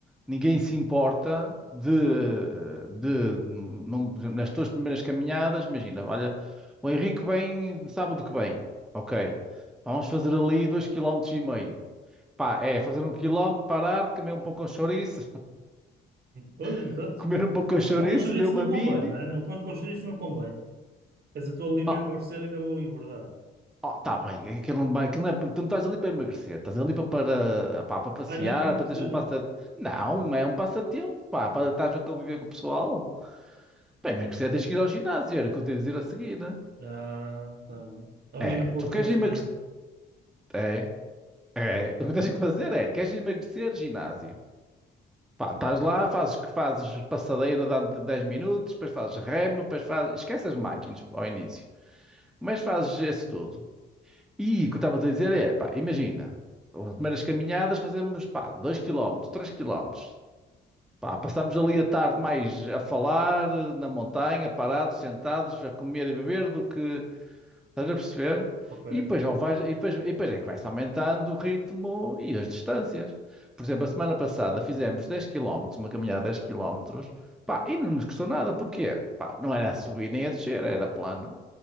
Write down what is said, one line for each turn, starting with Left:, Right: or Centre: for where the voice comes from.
Centre: Ninguém se importa de, de não- nas tuas primeiras caminhadas, imagina, olha, o Henrique vem sábado que vem, ok, vamos fazer ali dois quilómetros e meio. Pá, é fazer um quilómetro, parar, comer um pouco de chouriço,
Right: Pois, exato.
Centre: <laughs> comer um pouco de chouriço,
Right: Para o colchão
Centre: beber
Right: isso
Centre: uma
Right: não convém,
Centre: mini.
Right: né? Para o colchão isso não convém. Mas eu estou ali
Centre: Oh,
Right: para emagrecer, ainda vou engordar.
Centre: oh, tá bem, aquilo não vai, aquilo não é, tu não estás ali para emagrecer, estás ali para, para, pá, para passear,
Right: Ah, não é para emagrecer?
Centre: para teres um passa... Não, é um passatempo, pá, para estás a conviver com o pessoal. Para emagrecer tens que ir ao ginásio, era o que eu te ia dizer a seguir. né?
Right: Ah, tá bem. Obrigado
Centre: É,
Right: pelo
Centre: tu
Right: teu
Centre: queres
Right: conselho.
Centre: emagrecer. É, é. O que tens que fazer é, queres emagrecer, ginásio. Pá, estás lá, fazes que fazes passadeira durante 10 minutos, depois fazes remo, depois fazes. Esquece as máquinas ao início. Mas fazes isso tudo. E o que eu estava a dizer é, pá, imagina, as primeiras caminhadas fazemos, pá, 2 quilómetros, 3 quilómetros, Pá, passamos ali a tarde mais a falar, na montanha, parados, sentados, a comer e beber, do que Estás a perceber?
Right: Ok,
Centre: E depois, não vais, e depois, e depois é que vai-se aumentando o ritmo e as distâncias. Por exemplo, a semana passada fizemos 10 quilómetros, uma caminhada de 10 km, pá, e não nos custou nada, porquê? Pá, não era a subir nem a descer, era plano,